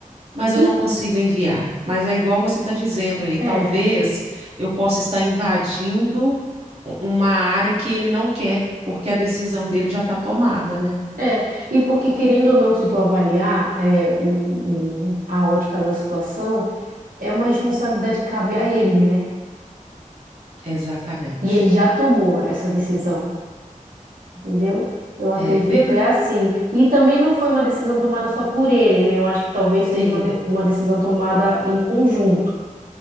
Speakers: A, on the right; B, on the right.
A: mas eu
B: Hum,
A: não consigo enviar. Mas é igual você está dizendo aí,
B: É.
A: talvez eu possa estar invadindo u- uma área que ele não quer, porque a decisão dele já está tomada, né?
B: É, e porque querendo ou não, se tu avaliar é, o, o- a ótica da situação, é uma responsabilidade que cabe a ele, né?
A: Exatamente.
B: E ele já tomou essa decisão, entendeu? Eu acredito,
A: É, pelo,
B: é assim. E também não foi uma decisão tomada só por ele, né? Eu acho que talvez seja
A: sim.
B: uma, de- uma decisão tomada em conjunto.